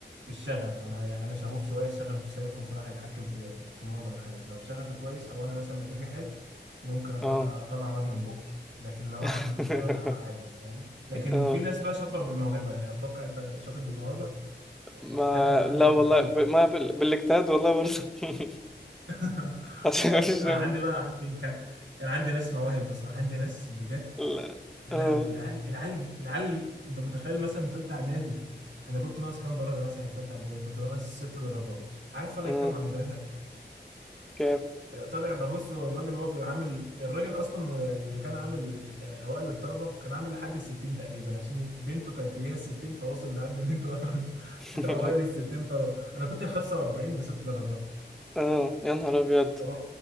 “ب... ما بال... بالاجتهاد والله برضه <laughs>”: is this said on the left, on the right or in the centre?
Centre